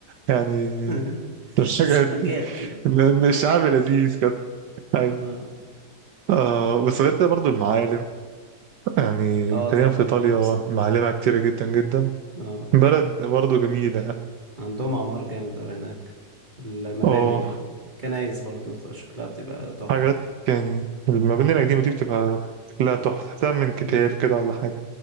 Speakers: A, on the right (about 70°); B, on the right (about 25°).
A: يعني
B: <laughs>
A: <laughs> الحاجات
B: سباجيتي
A: دي إن- إن الشعب لذيذ كده أيوة.
B: اه
A: آه بس غير كده برضو المعالم يعني
B: اه
A: تقريبا
B: طبعا
A: في إيطاليا
B: ايوه صح
A: معالمها كتيرة جدا جدا
B: اه
A: بلد برضه جميلة
B: عندهم اعمار جامد اوي هناك المباني
A: اه
B: كنايس برضو شكلها بتبقى تحفة
A: حاجات يعني المباني القديمة دي بتبقى شكلها تحفة تحتها من كتاب
B: آه.
A: كده ولا حاجة